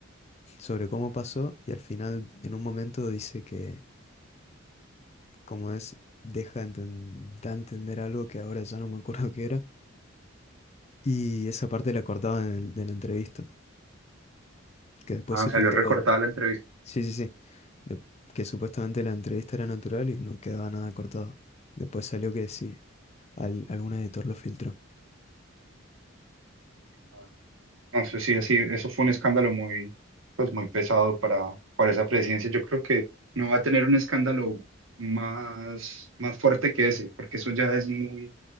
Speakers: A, on the left (about 30°); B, on the right (about 75°).
A: sobre cómo pasó y al final en un momento dice que como es, deja enten- da a entender algo que ahora ya no me acuerdo qué era y esa parte la cortaban en el- de la entrevista, que después
B: Ah,
A: se
B: salió
A: filtró,
B: recortada la entrevista.
A: sí, sí, sí, de- que supuestamente la entrevista era natural y no quedaba nada cortado. Después salió que sí, al, algún editor lo filtró.
B: Ah, Eso sí, así, eso fue un escándalo muy, pues muy pesado para, para esa presidencia. Yo creo que no va a tener un escándalo más, más fuerte que ese, porque eso ya es muy,